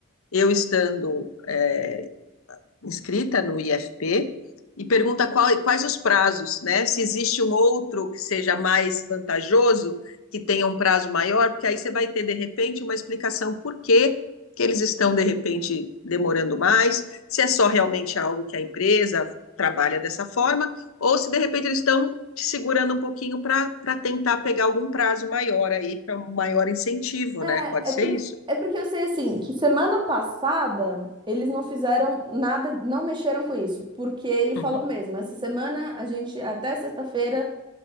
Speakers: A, on the left; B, on the right.
A: eu estando é, inscrita no IFP e pergunta qual, quais os prazos, né? Se existe um outro que seja mais vantajoso, que tenha um prazo maior, porque aí você vai ter, de repente, uma explicação por que que eles estão, de repente, demorando mais, se é só realmente algo que a empresa trabalha dessa forma, ou se, de repente, eles estão te segurando um pouquinho para tentar pegar algum prazo maior aí, para um maior incentivo,
B: É,
A: né? Pode
B: é
A: ser
B: porque,
A: isso?
B: é porque eu sei assim, que semana passada eles não fizeram nada, não mexeram com isso, porque ele falou
A: Uhum.
B: mesmo, essa semana a gente até sexta-feira